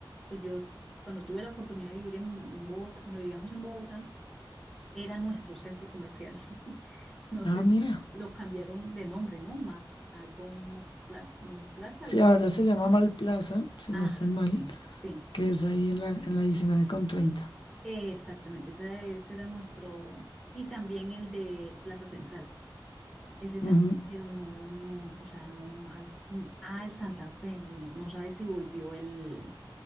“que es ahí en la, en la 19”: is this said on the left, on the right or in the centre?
Left